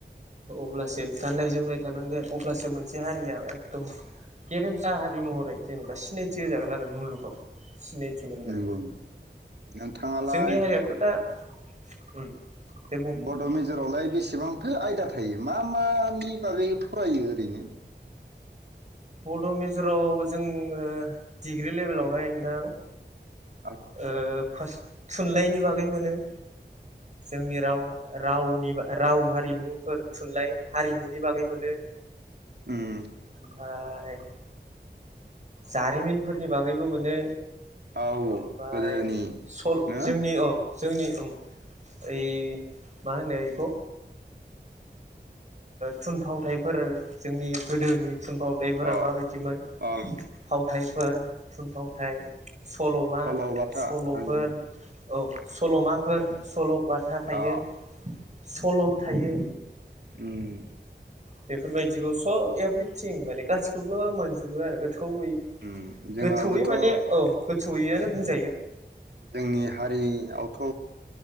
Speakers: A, on the right (about 40°); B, on the right (about 70°).
A: अब्लासो गाननाय-जोमनाय थानांगोन अब्लासो मोनसे हारिया एदम गेरेमसा हारि महरै जेनेबा सिनायथि होजागोन आरो मुलुगाव। सिनायथि मोनगोन
B: नंगौ नोंथाङालाय
A: जोंनि हारियाथ' दा उम। दे बुं
B: बड'
A: नोंथां
B: मेज रावलाय बेसे एसेबांथो आयदा थायो, मा मानि बागै फरायो ओरैनो?
A: बड' मेजराव जोङो डिग्रि लेभेलावहाय नोंथां।
B: अ
A: ओ फारस थुनलाइनि बागै मोनो। जोंनि हा राव रावनि राव हारिमुफोर थुनलाइ हारिमुनि बागै मोनो।
B: ओम।
A: ओमफ्राय। जारिमिनफोरनि बागैबो मोनो।
B: औ
A: ओमफ्राय
B: गोदोनि
A: सल
B: नो
A: जोंनि औ। जोंनि ओइ मा होनो बेखौ? थुनफावथायफोर जोंनि गोदोनि थुनफावथायफोरा
B: अ
A: माबायदिमोन?
B: अ
A: फावथायफोर थुनफावथाय सल'मा
B: सल'बाथा
A: सल'फोर
B: उम
A: औ सल'माफोर सल'बाथा थायो।
B: अ
A: सल' थायो।
B: उम-
A: बेफोरबायदिखौ। औ एभ्रिथिं माने गासै खौबो मोनजोबो आरो। गोथौै
B: उम जोंहाबोथ'
A: गोथौयै माने औ। सहैयोआनो बुंजायो।
B: जोंनि हारियावथ'